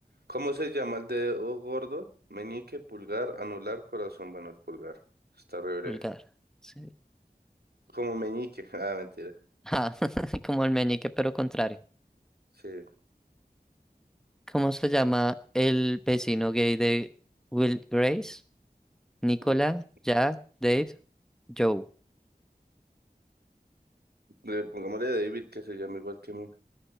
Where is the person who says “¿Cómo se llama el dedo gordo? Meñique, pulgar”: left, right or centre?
Right